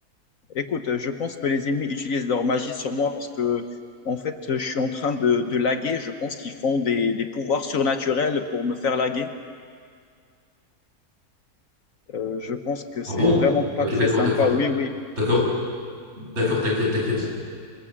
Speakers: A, on the left; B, on the right.
A: Écoute, je pense que les ennemis utilisent leur magie sur moi parce que, en fait, je suis en train de, de laguer. Je pense qu'ils font des, des pouvoirs surnaturels pour me faire laguer. Euh, je pense que c'est
B: Ah bon?
A: vraiment pas
B: Ok,
A: très
B: d'accord,
A: sympa.
B: d'accord,
A: Oui, oui.
B: d'accord, d'accord. T'inquiète, t'inquiète.